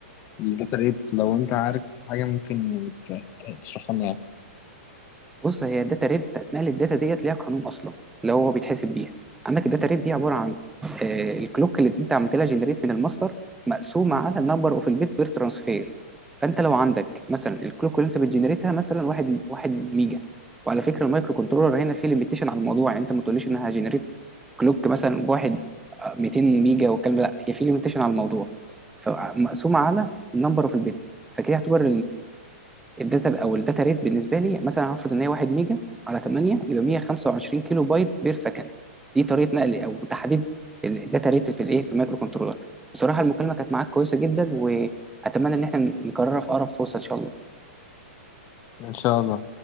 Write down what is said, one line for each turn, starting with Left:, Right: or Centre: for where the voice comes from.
Left: الداتا ريت لو انت عارف حاجه ممكن ت- ت- تشرحها لنا يعني.
Centre: بص هي الداتا ريت بتاعت نقل الداتا ديت ليها قانون اصلا اللي هو بيتحسب بيها عندك الداتا ريت دي عباره عن آه الكلوك اللي انت عملت لها جنريت من الماستر مقسومه على النمبر اوف البيت بير ترانسفير فانت لو عندك مثلا الكلوك اللي انت بتجنريتها مثلا واحد واحد ميجا وعلى فكره المايكرو كنترولر هنا فيه ليميتيشن على الموضوع يعني انت ما تقوليش انها جنريت كلوك مثلا واحد آه، 200 ميجا والكلام ده لا هي في ليميتيشن على الموضوع فمقسومه على النمبر اوف البيت فكده يعتبر الداتا او الداتا ريت بالنسبه لي مثلا هفرض ان هي 1 ميجا على 8 يبقى 125 كيلو بايت بير سكند دي طريقه نقل او تحديد الداتا ريت في الايه في المايكرو كنترولر بصراحه المكالمه كانت معاك كويسه جدا واتمنى ان احنا نكررها في اقرب فرصه ان شاء الله
Left: ان شاء الله